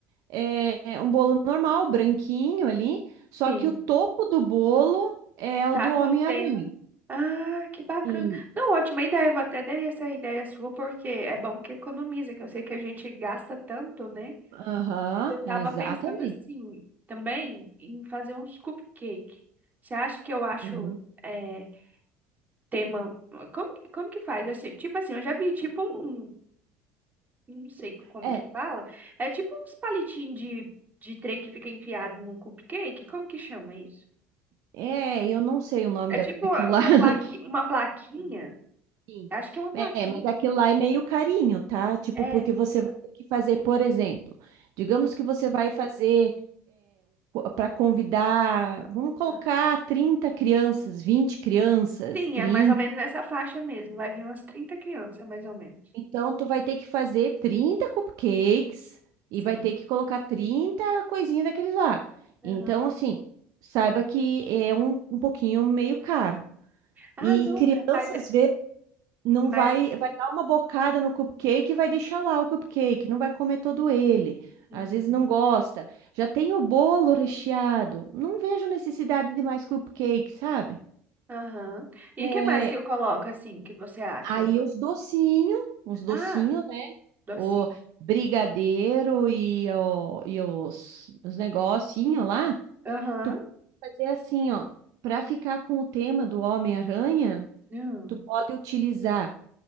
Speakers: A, on the right (about 60°); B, on the right (about 25°).
A: É é um bolo normal, branquinho ali, só
B: sim,
A: que o topo do bolo é o
B: Tá
A: do
B: com
A: Homem-Aranha.
B: o tema. Ah, que bacana.
A: E-
B: Não, ótima ideia. Eu vou até dar essa ideia sua, porque é bom que economiza, que eu sei que a gente gasta tanto, né?
A: Aham,
B: Eu tava
A: exatamente.
B: pensando assim, também, em fazer uns cupcake. Você acha que eu acho.
A: Aham.
B: eh, Tema. Como, que- como que faz? Eu sei- tipo assim, eu já vi tipo um. Não sei como
A: É,
B: que fala. É tipo uns palitinhos de, de trem que fica enfiado no cupcake. Como que chama isso?
A: é, eu não sei o nome
B: É
A: da-
B: tipo
A: daquilo
B: uma, uma
A: lá. <laughs>
B: plaqui, uma plaquinha.
A: Sim.
B: Acho que é uma plaquinha.
A: É, mas aquilo lá é meio carinho, tá? Tipo,
B: É.
A: porque você vai ter que fazer, por exemplo, digamos
B: hum,
A: que você vai fazer para convidar, vamos colocar
B: tá.
A: 30 crianças, 20 crianças,
B: Sim,
A: 30.
B: é mais ou menos nessa faixa mesmo. Vai vir umas 30 crianças, mais ou menos.
A: Então, tu vai ter que fazer 30 cupcakes
B: Sim.
A: e vai ter que colocar 30 coisinhas daqueles lá.
B: Aham.
A: Então, assim, saiba que é um, um pouquinho meio caro.
B: Ah,
A: E
B: não.
A: crianças
B: Mas,
A: Não
B: mas.
A: vai, vai dar uma bocada no cupcake e vai deixar lá o cupcake, não vai comer todo ele.
B: Uhum.
A: Às vezes não gosta. Já tem o bolo recheado. Não vejo necessidade de mais cupcake, sabe?
B: Aham. E
A: É,
B: o que mais que eu coloco assim, que você acha?
A: aí
B: Eu vou-
A: os docinhos, os docinhos,
B: Ah,
A: né?
B: docinho.
A: O brigadeiro e, o, e os, os negocinhos lá,
B: Aham.
A: tu pode fazer assim, ó. Para ficar com o tema do Homem-Aranha,
B: Hum,
A: tu pode utilizar